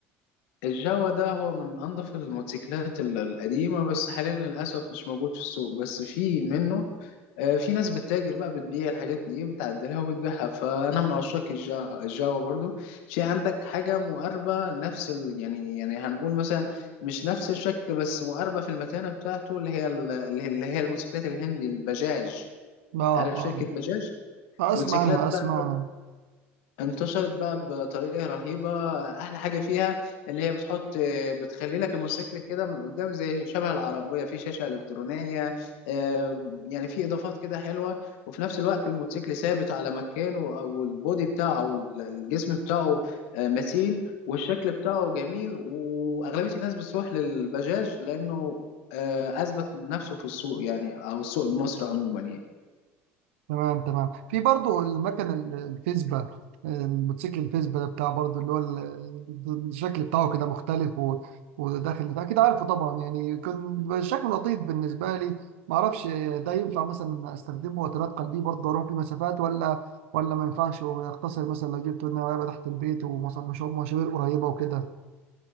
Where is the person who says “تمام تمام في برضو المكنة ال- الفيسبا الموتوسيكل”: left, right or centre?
Right